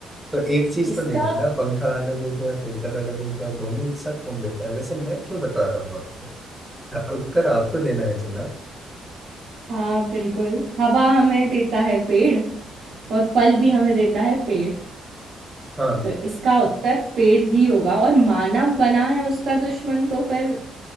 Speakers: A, in the centre; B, on the right (about 65°).
A: तो एक चीज
B: इसका
A: तो नहीं है ना पंखा अलग हो गया फिल्टर अलग हो गया दोनों एक साथ कौन देता है वैसे मैं क्यों बता रहा हूँ आपको हाँ, उत्तर आपको देना है जनाब
B: हाँ बिल्कुल हवा हमें देता है पेड़ और फल भी हमें देता है पेड़
A: हाँ
B: तो इसका हाँ उत्तर पेड़ ही होगा और मानव बना है उसका दुश्मन तो फिर